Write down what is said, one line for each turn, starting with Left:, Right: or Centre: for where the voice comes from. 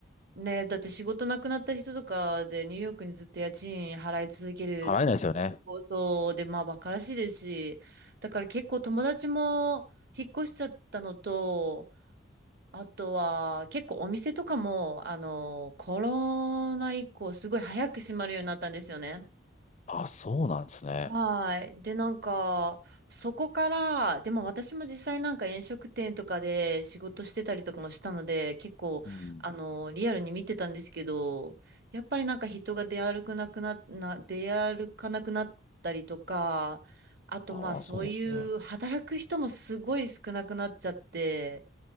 Right: うね、だって仕事なくなった人とかでニューヨークにずっと家賃払い続ける
Left: 払えないですよね。
Right: 構想で、まあバカらしいですし、だから結構友達も引っ越しちゃったのと、あとは結構お店とかも、あの、コロナ以降すごい早く閉まるようになったんですよね。
Left: ああ、そうなんですね。
Right: はい。で、なんか、そこから、でも私も実際なんか飲食店とかで仕事してたりとかもしたので、結構、
Left: うん。
Right: あの、リアルに見てたんですけど、やっぱりなんか人が出歩くなくな、な、出歩かなくなったりとか、あとまあそういう働く人もすごい少なくなっちゃって、
Left: ああ、そうなんですね。